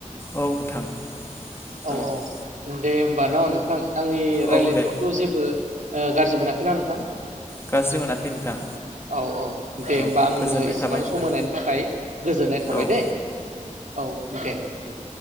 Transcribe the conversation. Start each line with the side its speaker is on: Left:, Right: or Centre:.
Left: औ नोंथां जागोन
Right: औ औ
Left: दे
Right: दे होमबा न' नोंथां। आंनि
Left: औ
Right: रायज्लायनायथ'
Left: दे
Right: जेबो गाज्रि मोनाखैना नोंथां
Left: गाज्रि मोनाखै नोंथां
Right: औ औ दे
Left: औ
Right: होमबा आंनो
Left: गोजोननाय
Right: एसेबां
Left: थाबाय नोंथां
Right: सम होनायनि थाखाय गोजोननाय थाबाय
Left: औ
Right: दे औ दे औ।